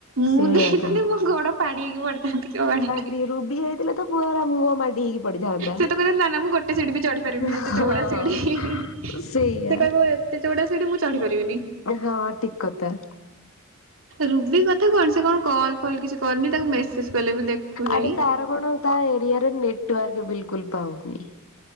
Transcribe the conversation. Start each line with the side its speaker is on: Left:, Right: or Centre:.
Right: ମୁଁ
Left: ସେଇଆ
Right: ଦେଇଥାନ୍ତି
Left: ତ
Right: ମୋ ଗୋଡ ଫାଡି ହେଇକି ପଡିିଥାନ୍ତି କୋଉ ଆଡେ।
Left: ଦି ରୁବି ହେଇଥିଲେ ତ ପୁଅରା ମୁହଁ ମାଡି ହେଇକି ପଡିଥାନ୍ତା।
Right: ସେ ତ କହିଲା ନା ନା ମୁଁ ଗୋଟେ ସିଢି ବି ଚଢି ପାରିବିନି
Left: ହଁ
Right: ଯେତେ ଚଉଡା ସିଢି ସେ
Left: ସେଇଆ
Right: କହିବ ଏତେ ଚଉଡ଼ା ସିଢି ମୁଁ ଚଢି ପାରିବିନି।
Left: ହଁ ଟିକ କଥା।
Right: ରୁବି କଥା କଣ ସେ କଣ କଲ୍ ଫଲ୍ କିଛି କରୁନି ତାକୁ ମେସେଜ କଲେ ବି ଦେଖୁନାହିଁ।
Left: ଆରେ ତାର କଣ ତା ଏରିଆରେ ନେଟୱାର୍କ ବିଲକୁଲ ପାଉନି।